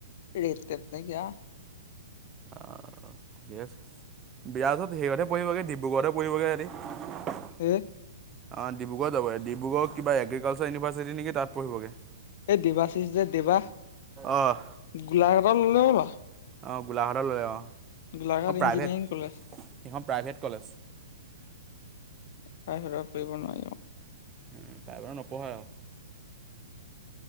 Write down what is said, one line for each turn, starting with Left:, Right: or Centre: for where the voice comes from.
Left: ৰেট-টেত নাইকিয়া।
Right: অহ', ঠিকে আছে। বিৰাজে সিহঁতে পঢ়িবগৈ ডিব্ৰুগড়তে পঢ়িবগে সেহঁতি।
Left: উম।
Right: অঁহ', -ডিব্ৰুগড় যাব, ডিব্ৰগড় কিবা এগ্ৰিকালচাৰ ইউনিভাৰ্চিটি নেকি তা'ত পঢ়িবগৈ।
Left: এই দেবাচিচ যে দেবা
Right: অ'
Left: গোলাঘাটত ল'লে নেকি বাৰু?
Right: অঁহ', গোলাঘাট ল'লে অঁহ',
Left: গোলাঘাট
Right: এখন প্ৰাইভেট,
Left: ইঞ্জিনিয়াৰিং কলেজ
Right: সেইখন প্ৰাইভেট কলেজ।
Left: প্ৰাইভেট পঢ়িব নোৱাৰি অ।
Right: উম' প্ৰাইভেটত নপঢ়ায় আৰু।